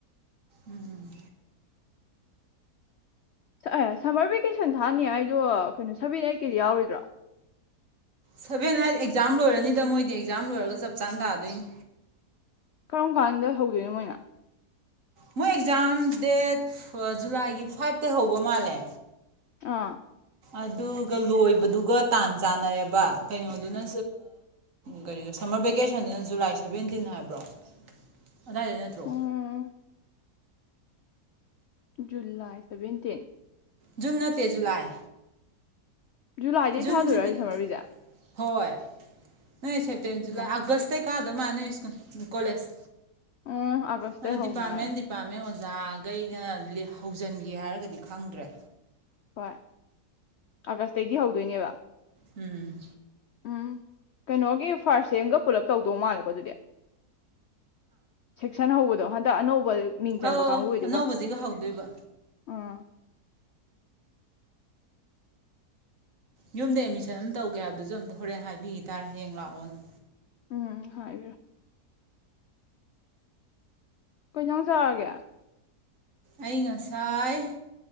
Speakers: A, on the right; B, on the left.
A: ꯎꯝ
B: ꯑꯦ ꯁꯝꯃꯔ ꯚꯦꯀꯦꯁꯟ ꯊꯥꯅꯤ ꯍꯥꯏꯗꯣ ꯀꯩꯅꯣ ꯁꯦꯕꯦꯟ ꯑꯦꯠꯀꯤꯗꯤ ꯌꯥꯎꯔꯣꯏꯗ꯭ꯔꯣ
A: ꯁꯚꯦꯟ ꯑꯥꯏꯠ ꯑꯦꯛꯖꯥꯝ ꯂꯣꯏꯔꯅꯤꯗ ꯃꯣꯏꯗꯤ ꯑꯦꯛꯖꯥꯝ ꯂꯣꯏꯔꯒ ꯆꯞ ꯆꯥꯅ ꯇꯥꯗꯣꯏꯅꯤ
B: ꯀꯔꯝ ꯀꯥꯟꯗ ꯍꯧꯗꯣꯏꯅꯣ ꯃꯣꯏꯅ
A: ꯃꯣꯏ ꯑꯦꯛꯖꯥꯝ ꯗꯦꯠ ꯖꯨꯂꯥꯏꯒꯤ ꯐꯥꯏꯚꯇ ꯍꯧꯕ ꯃꯥꯜꯂꯦ
B: ꯑꯥ
A: ꯑꯗꯨꯒ ꯂꯣꯏꯕꯗꯨꯒ ꯇꯥꯟ ꯆꯥꯟꯅꯔꯦꯕ ꯀꯩꯅꯣꯗꯨꯅ ꯀꯔꯤ ꯁꯝꯃꯔ ꯚꯦꯀꯦꯁꯟꯗꯨꯅ ꯖꯨꯂꯥꯏ ꯁꯚꯦꯟꯇꯤꯟ ꯍꯥꯏꯕ꯭ꯔꯣ ꯑꯗꯥꯏꯗ ꯅꯠꯇ꯭ꯔꯣ
B: ꯎꯝ ꯖꯨꯂꯥꯏ ꯁꯚꯦꯟꯇꯤꯟ
A: ꯖꯨꯟ ꯅꯠꯇꯦ ꯖꯨꯂꯥꯏ
B: ꯖꯨꯂꯥꯏꯗꯒꯤ
A: ꯖꯨꯟꯁꯤꯗꯤ
B: ꯊꯥꯗꯣꯏꯔꯣ ꯁꯃꯔꯚꯦꯀꯦꯁꯟ
A: ꯍꯣꯏ ꯅꯣꯏ ꯁꯦꯞꯇꯦꯝꯕꯔ ꯖꯨꯂꯥꯏ
B: ꯎꯝ
A: ꯑꯒꯁ꯭ꯠꯇꯩ ꯀꯥꯗꯃꯥꯥꯟꯂꯦ ꯅꯣꯏ ꯁ꯭ꯀꯨꯜ ꯀꯣꯂꯦꯖ
B: ꯎꯝ ꯑꯒꯁ꯭ꯠꯇꯩ
A: ꯑꯗꯣ
B: ꯍꯧꯅꯔꯅꯤ
A: ꯗꯤꯄꯥꯔꯠꯃꯦꯟ ꯗꯤꯄꯥꯔꯠꯃꯦꯟ ꯑꯣꯖꯥꯈꯩꯅ ꯍꯧꯖꯤꯟꯒꯦ ꯍꯥꯏꯔꯒꯗꯤ ꯈꯪꯗ꯭ꯔꯦ
B: ꯍꯣꯏ ꯑꯒꯁ꯭ꯠꯇꯩꯗꯤ ꯍꯧꯗꯣꯏꯅꯦꯕ <inaudible>
A: ꯎꯝ
B: ꯎꯝ ꯀꯩꯅꯣꯒꯤ ꯐꯥꯔꯁꯠ ꯁꯦꯝꯒ ꯄꯨꯜꯂꯞ ꯇꯧꯗꯧ ꯃꯥꯜꯂꯦꯀꯣ ꯑꯗꯨꯗꯤ ꯁꯦꯛꯁꯟ ꯍꯧꯕꯗ ꯍꯟꯗꯛ ꯑꯅꯧꯕ ꯃꯤꯡ ꯆꯟꯕ
A: ꯑ ꯑ
B: ꯀꯥꯡꯕꯨ
A: ꯑ
B: ꯑꯣꯏꯗꯨꯒ
A: ꯑꯅꯧꯕꯖꯤꯒ ꯍꯧꯗꯣꯏꯕ
B: ꯎꯝ
A: ꯌꯨꯝꯗ ꯑꯦꯠꯃꯤꯁꯟ ꯑꯃ ꯇꯧꯒꯦ ꯍꯥꯏꯕꯗꯨꯁꯨ ꯑꯝꯇ ꯍꯣꯔꯦꯟ ꯍꯥꯏꯕꯤꯈꯤ ꯇꯥꯔꯦ ꯍꯌꯦꯡ ꯂꯥꯛꯑꯣꯅ
B: ꯎꯝ ꯍꯥꯏꯕꯤꯔꯣꯑꯣ ꯀꯩꯖꯡ ꯆꯥꯔꯒꯦ
A: ꯑꯩ ꯉꯁꯥꯏ